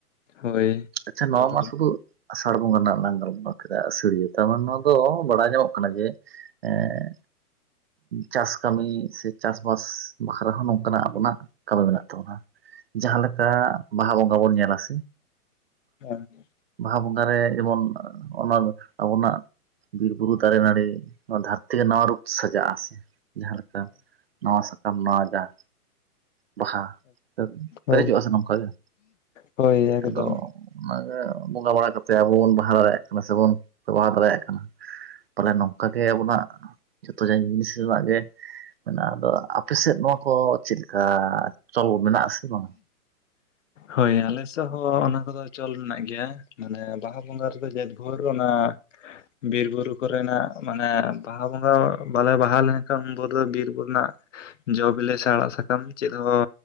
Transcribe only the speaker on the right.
ᱟᱪᱪᱷᱟ ᱱᱚᱶᱟ
ᱢᱟ ᱥᱩᱫᱩ ᱟᱥᱟᱲ ᱵᱚᱸᱜᱟ ᱨᱮᱱᱟᱜ ᱞᱟᱝ ᱜᱚᱞᱯᱷᱚ ᱠᱮᱫᱟ ᱟᱹᱥᱟᱹᱲᱤᱭᱟᱹ ᱛᱟᱨ ᱢᱟᱱᱮ ᱱᱚᱣᱟ ᱫᱚ ᱵᱟᱲᱟᱭ ᱧᱟᱢᱚᱜ ᱠᱟᱱᱟ ᱡᱮ ᱮᱸᱜ ᱪᱟᱥ ᱠᱟᱹᱢᱤ ᱥᱮ ᱪᱟᱥᱵᱟᱥ ᱵᱟᱠᱷᱨᱟ ᱦᱚᱸ ᱱᱚᱝᱠᱟᱱᱟᱜ ᱟᱵᱚᱱᱟᱜ ᱠᱟᱹᱢᱤ ᱢᱮᱱᱟᱜ ᱛᱟᱵᱩᱱᱟ᱾ ᱡᱟᱦᱟᱸ ᱞᱮᱠᱟ ᱵᱟᱦᱟ ᱵᱚᱸᱜᱟ ᱵᱚᱱ ᱧᱮᱞᱟ ᱥᱮ
ᱵᱟᱦᱟ ᱵᱚᱸᱜᱟ ᱨᱮ ᱡᱮᱢᱚᱱ ᱚᱱᱟ ᱟᱵᱚᱱᱟᱜ ᱵᱤᱨ ᱵᱩᱨᱩ ᱫᱟᱨᱮ ᱱᱟᱹᱲᱤ ᱱᱚᱣᱟ ᱫᱷᱟᱹᱨᱛᱤ ᱜᱮ ᱱᱟᱣᱟ ᱨᱩᱯ ᱛᱮ ᱥᱟᱡᱟᱜᱼᱟ ᱥᱮ ᱡᱟᱦᱟᱸᱞᱮᱠᱟ ᱱᱟᱣᱟ ᱥᱟᱠᱟᱢ ᱱᱟᱣᱟ ᱡᱟᱸ ᱵᱟᱦᱟ ᱥᱮ
ᱯᱮᱨᱮᱡᱚᱜᱼᱟ ᱥᱮ ᱱᱚᱝᱠᱟ ᱜᱮ
ᱟᱫᱚ ᱚᱱᱟᱜᱮ ᱵᱚᱸᱜᱟ ᱵᱟᱲᱟ ᱠᱟᱛᱮ ᱟᱵᱚ ᱵᱚᱱ ᱵᱟᱦᱟ ᱫᱟᱲᱮᱭᱟᱜ ᱠᱟᱱᱟ ᱥᱮᱵᱚᱱ ᱵᱮᱵᱚᱦᱟᱨ ᱫᱟᱲᱮᱭᱟᱜ ᱠᱟᱱᱟ᱾ ᱯᱟᱞᱮ ᱱᱚᱝᱠᱟ ᱜᱮ ᱟᱵᱚᱱᱟᱜ ᱡᱷᱚᱛᱚ ᱡᱤᱱᱤᱥ ᱨᱮᱱᱟᱜ ᱜᱮ ᱢᱮᱱᱟᱜᱼᱟ ᱟᱫᱚ ᱟᱯᱮᱥᱮᱫ ᱱᱚᱣᱟ ᱠᱚ ᱪᱮᱫ ᱠᱟ ᱪᱚᱞ ᱢᱮᱱᱟᱜ ᱥᱮ ᱵᱟᱝ?